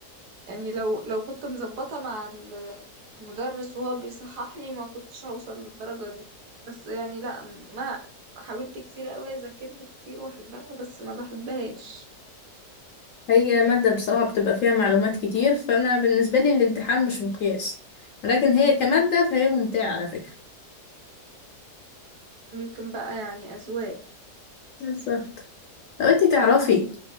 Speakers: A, on the right; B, on the left.
A: يعني لو لو كنت مظبطة مع ال- المدرس وهو بيصحح لي ما كنتش هوصل للدرجة دي بس يعني لا ما حاولت كتير قوي اذاكرها كتير واحبها بس ما بحبهاش
B: هي مادة بصراحة بتبقى فيها معلومات كتير فأنا بالنسبة لي الامتحان مش مقياس ولكن هي كمادة فهي ممتعة على فكرة
A: ممكن بقى يعني اذواق
B: بالظبط لو انتي تعرفي